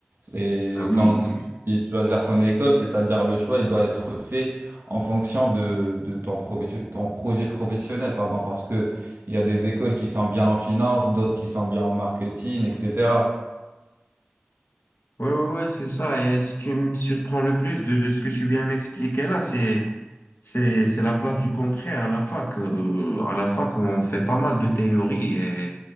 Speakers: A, on the right (about 70°); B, on the left (about 65°).
A: Et
B: Ah oui,
A: quand il choisir son école, c'est-à-dire le choix, il doit être fait en fonction de, de ton, profe- ton projet professionnel, pardon, parce que il y a des écoles qui sont bien en finance, d'autres qui sont bien en marketing, etc.
B: ouais, ouais, ouais, c'est ça. Et ce qui me surprend le plus de, de ce que tu viens m'expliquer là, c'est, c'est, c'est la place du concret à la fac. Euh, à la fac, on fait pas mal de théories et,